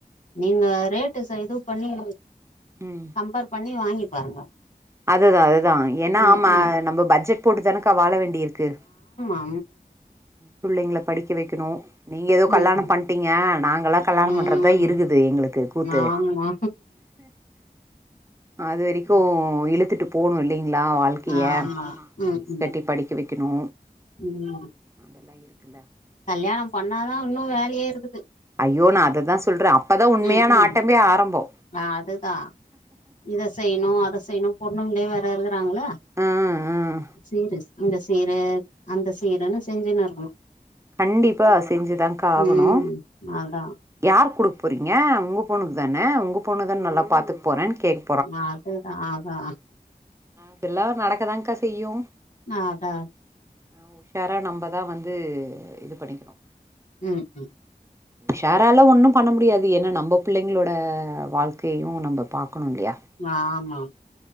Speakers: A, on the left; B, on the right.
A: நீங்க ரேட்டு ச இதுவ் பண்ணி
B: ம்
A: கம்பேர் பண்ணி வாங்கி பாருங்க
B: அதுதா அதுதா ஏனா
A: ம்
B: ஆமா
A: ம்
B: நம்ம பட்ஜெட் போட்டு தானக்கா வாழ வேண்டியிருக்கு
A: ஆ
B: புள்ளைங்கள படிக்க வெக்கணு நீங்க எதோ
A: ம்
B: கல்லாணோ
A: ம்
B: பண்ட்டிங்க நாங்கல்லா கல்லாணம்
A: ம்
B: பண்றதா இருக்குது எங்குளுக்கு கூத்து
A: ஆமா
B: அது வெரிக்கு இழுத்துட்டு போணு இல்லிங்ளா வாழ்க்கிய
A: ஆமா ம்
B: ஃபீஸ்
A: ம்
B: கட்டி படிக்க வெக்கனு
A: ம்
B: அதெல்லா இருக்குல்ல
A: கல்யாணம் பண்ணாதா உன்னூ வேலயே இருக்குது
B: ஐயோ நா அததா சொல்ற அப்பதா உண்மயான
A: ம் ம்
B: ஆட்டமே ஆரம்போ
A: அதுதா இத செய்யணு அத செய்யணு பொண்ணுங்ளே வேற இருக்குறாங்ளே
B: ம் ம்
A: சீருஸ் இந்த சீரு அந்த சீருன்னு செஞ்சினு இருக்குணு
B: கண்டிப்பா செஞ்சுதான்கா ஆகணு
A: ம் அதா
B: யார்க் குடுக் போறிங்க உங்க பொண்ணுக்கு தான உங்க பொண்ணு தான நல்லா பாத்துக்கு போறேன் கேக்
A: ம் அதுதா அதா
B: இதுல்லா நடக்கதாங்க்கா செய்யு
A: நா அதா
B: ஆ உஷாரா நம்ப தா வந்து இது பண்ணிக்கணோ
A: ம் ம்
B: உஷாராலா ஒண்ணு பண்ண முடியாது ஏனா நம்ம பிள்ளைங்ளோட வாழ்க்கயயு நம்ப பாக்கணுல்லயா
A: ஆமா